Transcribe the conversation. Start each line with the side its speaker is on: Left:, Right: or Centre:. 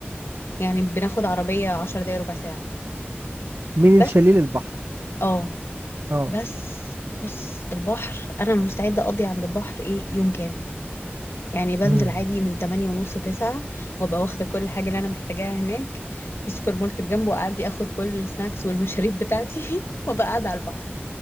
Left: يعني بناخد عربية عشر دقايق ربع ساعة
Right: من
Left: بس
Right: الشاليه للبحر
Left: اه
Right: اه
Left: بس بص البحر أنا مستعدة أقضي عند البحر إيه يوم كامل يعني بنزل
Right: امم
Left: عادي من تمانية ونص تسعة وابقى واخدة كل حاجة اللي أنا محتاجاها هناك في سوبر ماركت جنبه أعدي أخد كل السناكس والمشاريب بتاعتي <laughs> وابقى قاعدة على البحر